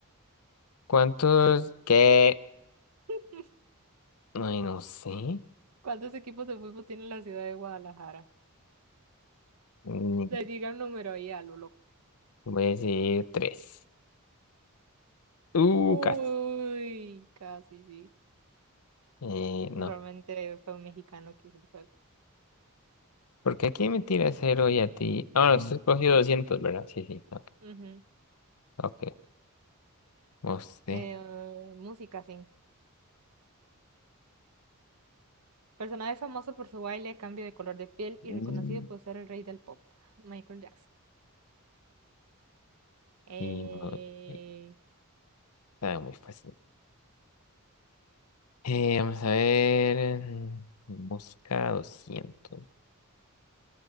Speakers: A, on the left (about 80°); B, on the right (about 85°).
A: ¿Cuántos ¿Qué?
B: <laughs>
A: Ay, no sé.
B: ¿Cuántos equipos de fútbol tiene la ciudad de Guadalajara?
A: Mm,
B: Le diga un número ahí a lo loco.
A: Voy a decir tres. Uh,
B: Uy,
A: casi.
B: casi sí.
A: Eh, no.
B: Probablemente fue un mexicano que hizo el juego.
A: Porque aquí me tira cero y a ti. Ah, bueno, usted has cogido 200, ¿verdad? Sí, sí. Ok.
B: Ujú.
A: okay. Usted.
B: Eh, música, sí. Personaje famoso por su baile, cambio de color de piel y
A: Mm,
B: reconocido por ser el rey del pop, Michael Jackson. Eh,
A: Y no. ahí Está muy fácil. Eh, vamos a ver. mm, Busca 200.